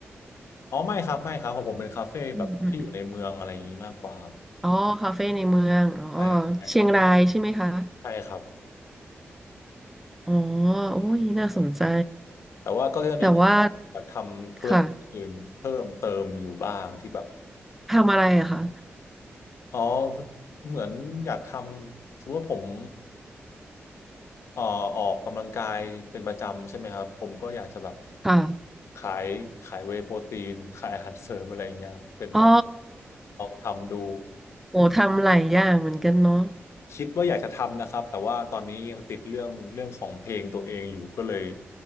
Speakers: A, on the left (about 85°); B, in the centre.
A: อ๋อไม่ครับไม่ครับของผมเป็นคาเฟ่แบบที่อยู่ในเมืองอะไรอย่างนี้มากกว่าครับ
B: อืมอืมอ๋อคาเฟ่ในเมืองอ๋อเชียงรายใช่ไหมคะ
A: ใช่ใช่ครับใช่ครับ
B: อ๋อโอ้ยน่าสนใจ
A: แต่ว่าก็จะมี
B: แต่ว่า
A: แบบทำธุรกิจอื่นเพิ่มเติมอยู่บ้างที่แบบ
B: ค่ะทำอะไรอะคะ
A: อ๋อเหมือนอยากทำสมมติว่าผม เอ่อออกกำลังกายเป็นประจำใช่ไหมครับผมก็อยากจะแบบ
B: ค่ะ
A: ขายขายเวย์โปรตีนขายอาหารเสริมอะไรเงี้ยเป็นแบบ
B: อ๋อ
A: ลองทำดู
B: โหทำหลายอย่างเหมือนกันเนาะ
A: คิดว่าอยากจะทำนะครับแต่ว่าตอนนี้ยังติดเรื่องเรื่องของเพลงตัวเองอยู่ก็เลย